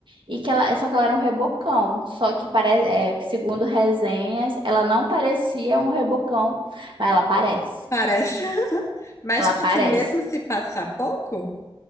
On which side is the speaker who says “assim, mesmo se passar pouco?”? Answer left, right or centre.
Left